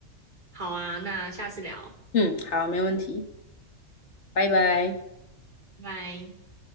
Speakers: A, on the right; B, on the left.
A: 好啊，那下次聊，
B: 嗯，好，没问题，拜拜。
A: 拜拜。